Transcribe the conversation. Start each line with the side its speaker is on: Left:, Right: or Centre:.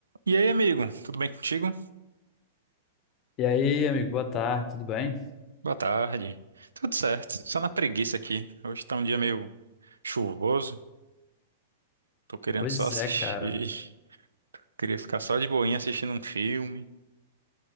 Right: E aí, amigo, tudo bem contigo?
Left: E aí, amigo, boa tarde, tudo bem?
Right: Boa tarde. Tudo certo, só na preguiça aqui. Hoje tá um dia meio chuvoso, tô querendo
Left: Pois
Right: só assistir.
Left: é, cara.
Right: <laughs> Queria ficar só de boinha assistindo um filme.